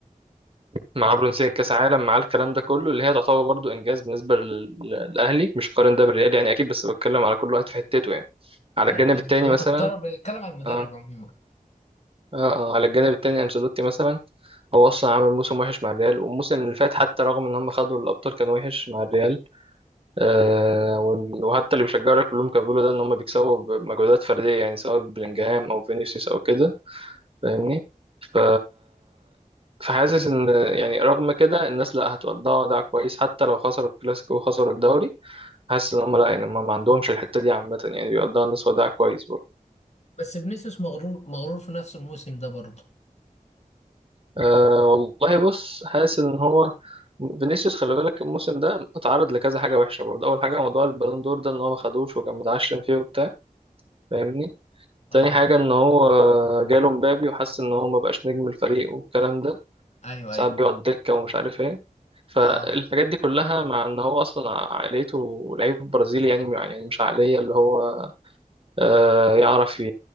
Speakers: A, on the right (about 40°); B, on the left (about 50°).
A: معاه برونزيه كاس عالم معاه الكلام ده كله اللي هي تعتبر برضو انجاز بالنسبه لل- للاهلي مش قارن ده بالريال يعني اكيد بس بتكلم على كل واحد في حتته يعني على
B: عارف
A: الجانب التاني
B: انت
A: مثلا
B: بتضرب بتتكلم على المدرب
A: آه،
B: عموما
A: اه اه على الجانب التاني انشيلوتي مثلا هو اصلا عامل موسم وحش مع الريال والموسم اللي فات حتى رغم ان هم خدوا الابطال كان وحش مع الريال آه وال- وحتى اللي بيشجعوا كلهم كانوا بيقولوا ده ان هم بيكسبوا بمجهودات فرديه يعني سواء بلينجهام او فينيسيوس او كده فاهمني ف فحاسس ان يعني رغم كده الناس لا هتودعوا ودع كويس حتى لو خسروا الكلاسيكو وخسروا الدوري حاسس ان هم لا يعني هم ما عندهمش الحته دي عامه يعني بيودعوا الناس ودع كويس
B: بس فينيسيوس مغرور مغرور في نفس الموسم ده برضه
A: أه والله بص حاسس ان هو فينيسيوس خلي بالك الموسم ده اتعرض لكذا حاجه وحشه برضه اول حاجه موضوع البالون دور ده ان هو ما خدوش وكان متعشم فيه وبتاع فاهمني
B: اه
A: تاني حاجه ان هو آه، جاله مبابي وحس ان هو ما بقاش نجم الفريق والكلام ده
B: ايوه
A: ساعات
B: ايوه
A: بيقعد دكه ومش عارف ايه فالحاجات
B: اه
A: دي كلها مع ان هو اصلا عائلته لعيب برازيلي يعني يعني مش عقليه اللي هو آه، يعرف ي-